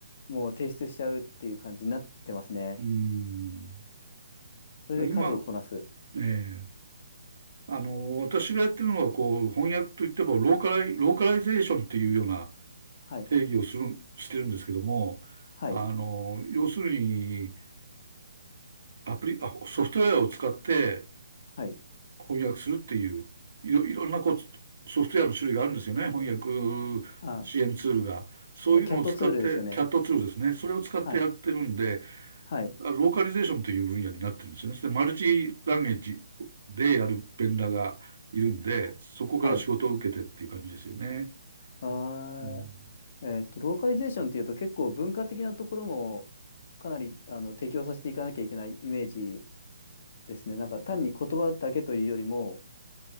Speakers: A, on the left (about 45°); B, on the right (about 65°).
A: もう提出しちゃうっていう感じになってますね。
B: うーん。
A: それで数をこなす。
B: だから今、えー、あの、私がやってるのは、こう、翻訳といっても、ローカライ、ローカライゼーションっていうような
A: はいはい。
B: 定義をする、してるんですけども、
A: はい。
B: あの、要するに、アプリ、あ、ソフトウェアを使って
A: はい。
B: 翻訳するっていう、いろ、いろんなこう、ソフトウェアの種類があるんですよね。翻訳支援ツールが。
A: あ、
B: そういうのを使って、
A: キャットツールですよね。
B: キャットツールですね。それを使ってやってるんで、
A: はい、はい、
B: ローカリゼーションという分野になってるんですよね。で、マルチランゲージでやるベンダーがいるんで、
A: はい。
B: そこから仕事を受けてっていう感じですよね。
A: はいあ
B: うん
A: ー、えっと、ローカリゼーションっていうと結構文化的なところもかなりあの適応させていかなきゃいけないイメージですね。なんか単に言葉だけというよりも、